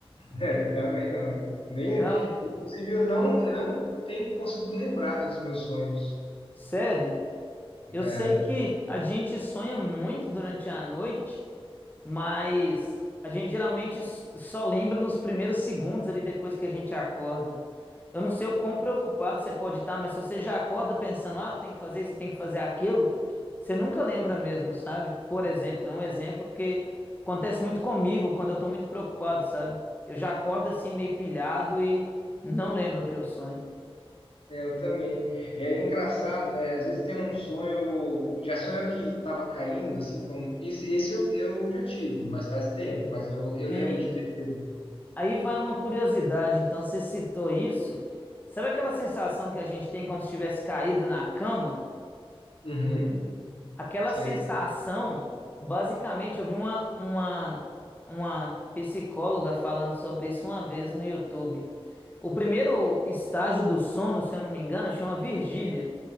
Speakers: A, on the left; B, on the left.
A: É, também não. Nem,
B: Não,
A: inclusive, eu não, eu não tenho conseguido lembrar dos meus sonhos.
B: sério.
A: né?
B: Eu sei que a gente sonha muito durante a noite Mas a gente geralmente s- só lembra nos primeiros segundos ali depois que a gente acorda. Eu não sei o quão preocupado você pode estar, mas se você já acorda pensando, ah, eu tenho que fazer isso, eu tenho que fazer aquilo, você nunca lembra mesmo, sabe? Por exemplo, é um exemplo porque acontece muito comigo quando eu tô muito preocupado, sabe? Eu já acordo assim meio pilhado e não lembro o que eu sonho.
A: É, eu também. É engraçado, né? Às vezes tem um sonho, já sonho que estava caindo, assim, como. Esse, esse eu, eu já tive, mas faz tempo, mas eu, eu
B: Sim.
A: lembro de ter tido.
B: Aí vai uma curiosidade, então você citou isso. Sabe aquela sensação que a gente tem quando se tivesse caído na cama?
A: Uhum,
B: Aquela
A: sei.
B: sensação, basicamente, eu vi uma, uma, uma psicóloga falando sobre isso uma vez no YouTube. O primeiro estágio do sono, se eu não me engano, chama vigília